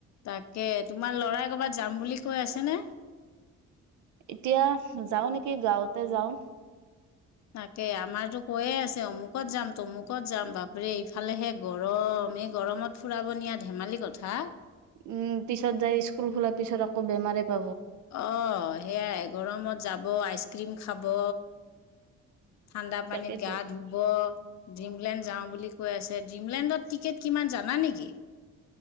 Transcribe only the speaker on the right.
এতিয়া যাওঁ নেকি গাওঁতে যাওঁ।
উম, পিছত যাই স্কুল খোলাৰ পিছত আকৌ বেমাৰে পাব।
তাকেইতো